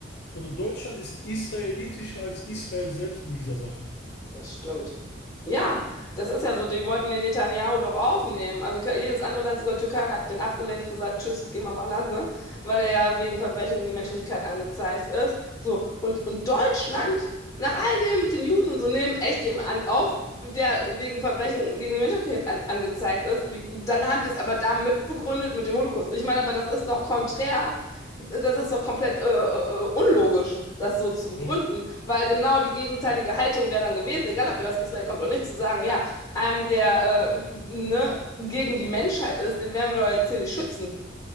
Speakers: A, on the left (about 60°); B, on the left (about 20°).
A: Also Deutschland ist israelitischer als Israel selbst in dieser Sache.
B: Das stimmt. Ja, das ist ja so, die wollten den Netanyahu doch aufnehmen. Also ke- jedes andere Land, sogar Türkei, hat den abgelehnt, gesagt, tschüss, geh mal woanders, ne? Weil er ja wegen Verbrechen gegen die Menschlichkeit angezeigt ist. So, und, und Deutschland, nach all dem mit den Juden und so, nehmen echt jemanden auf, der wegen Verbrechen gegen die Menschlichkeit an, angezeigt ist. Wie, dann haben die es aber da mitbegründet mit dem Holocaust. Ich meine, aber das ist doch konträr, das ist doch komplett äh, äh, äh, unlogisch, das so zu begründen.
A: Ja,
B: Weil genau die gegenteilige Haltung wäre dann gewesen, egal ob der aus Israel kommt oder nicht, zu sagen, ja, einem, der äh, ne, gegen die Menschheit ist, den werden wir doch jetzt hier nicht schützen.